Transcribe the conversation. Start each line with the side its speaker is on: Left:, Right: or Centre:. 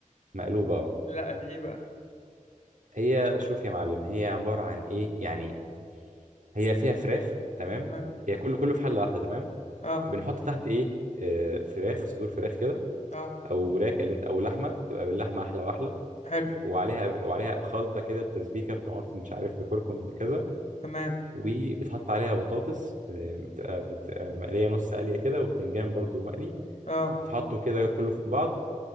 Right: مقلوبه اه
Left: لا دي ايه بقى
Right: هي شوف يا معلم هي عباره عن ايه يعني هي فيها فراخ تمام
Left: تمام
Right: هي كله كله في حله واحده تمام
Left: اه
Right: بنحط تحت ايه آه، فراخ صدور فراخ كده
Left: اه
Right: او راك اللي انت او لحمه تبقى باللحمه احلى واحلى
Left: حلو
Right: وعليها وعليها خلطه كده بتسبيكه بطماطم مش عارف بكركم بكذا
Left: تمام
Right: وبتحط عليها بطاطس آه، بتبقى بتبقى مقليه نص قليه كده وبتنجان برضو مقلي
Left: اه
Right: بتحطه كده كله في بعض